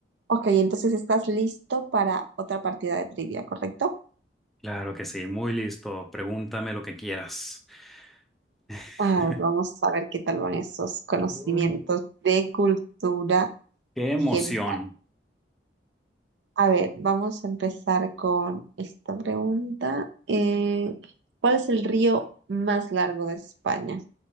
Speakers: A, on the right (about 85°); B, in the centre.
A: Ok, entonces estás listo para otra partida de trivia, ¿correcto?
B: Claro que sí, muy listo. Pregúntame lo que quieras. <laughs>
A: A ver, vamos a ver qué tal van esos conocimientos
B: Mm.
A: de cultura
B: ¡Qué emoción!
A: general. A ver, vamos a empezar con esta pregunta. Eh, ¿cuál es el río más largo de España?